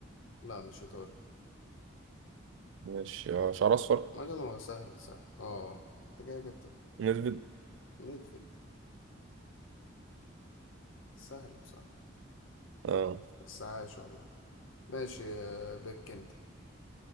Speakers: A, on the left (about 75°); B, on the right (about 65°).
A: لا مش ايطالي
B: ماشي آه، شعر أصفر
A: مثلا هو سهل سهل اه انت كده جبت
B: نسبت
A: ميدفيلد سهل بصراحة
B: اه
A: بس عايش والله ماشي آه، بك انت